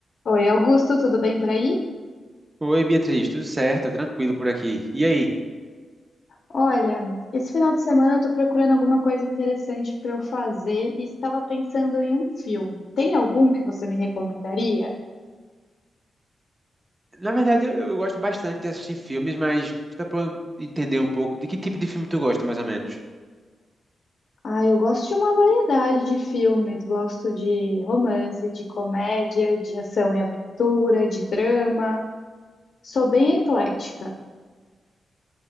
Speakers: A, on the left; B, on the right.
A: Oi, Augusto, tudo bem por aí?
B: Oi, Beatriz, tudo certo? Tranquilo por aqui. E aí?
A: Olha, esse final de semana eu tô procurando alguma coisa interessante para eu fazer e estava pensando em um filme. Tem algum que você me recomendaria?
B: Na verdade, eu, eu gosto bastante de assistir filmes, mas dá pra eu entender um pouco de que tipo de filme tu gosta, mais ou menos.
A: Ah, eu gosto de uma variedade de filmes. Gosto de romance, de comédia, de ação e aventura, de drama. Sou bem eclética.